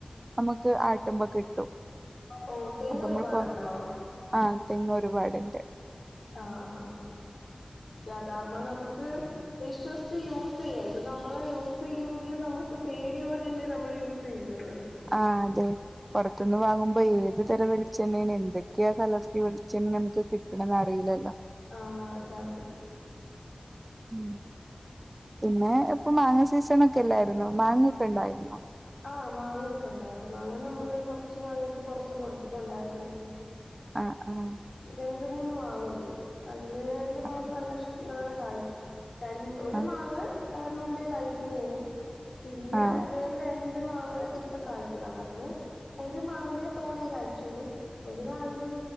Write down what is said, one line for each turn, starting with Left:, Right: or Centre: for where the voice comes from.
Right: നമ്മുക്ക് ആട്ടുമ്പോ കിട്ടും
Left: ഓ തെങ്ങ്
Right: അപ്പൊ നമ്മളപ്പോ
Left: ഒരുപാടുണ്ടോ
Right: ആഹ് തെങ്ങ് ഒരുപാട്ണ്ട്
Left: ആഹ് ആഹ് ആഹ് ക്ഷെ അദാവുമ്പോ നമക്ക് ക്ക്‌ വിശ്വസിച്ച് യൂസ് ചെയ്യാ ഇത് നമ്മള് യൂസയ്യോങ്കിലും നമുക്ക് പേടിയോടെയല്ലേ നമ്മൾ യൂസ് ചെയ്യുന്നത്
Right: ആഹ് അതെ പൊറത്ത്ന്ന് വാങ്ങുബം ഏത് തരം വെളിച്ചെണ്ണാണ് എന്തൊക്കെയാ കലർത്തി വെളിച്ചെണ്ണ നമുക്ക് കിട്ടണന്ന്റിയില്ലല്ലോ.
Left: ആഹ് അതാണ്
Right: ഉം പിന്നെ ഇപ്പൊ മാങ്ങ സീസൺ ക്കല്ലായിരുന്നോ മാങ്ങക്കെ ഉണ്ടായിരുന്നോ?
Left: ആഹ മാങ്ങഒക്കെ ഉണ്ടായിരുന്നു മാങ്ങ നമ്മള് കൊറച്ച് മാങ്ങഒക്കെ പൊറത്ത് കൊടുത്തിട്ടുണ്ടായിരുന്നു.
Right: ആഹ് ആഹ്
Left: രണ്ട് മൂന്ന് മാവുണ്ട് അതില് രണ്ട് മാവക്ക്‌
Right: ആ
Left: നല്ല ഇഷ നണം കായ്ക്കും. രൺ ഒരു
Right: ആ
Left: മാവ് ഏഹ് മുമ്പേ കായി ക്കുന്നേയാണ് പിന്നെ
Right: ആ
Left: വേറെ രണ്ട് മാവ് ഇപ്പ കഴ്ച്ചതാണ് അതില് ഒരു മാവിൽ തോണേ കാഴ്ച്ചോളു ഒരു മാവിൽ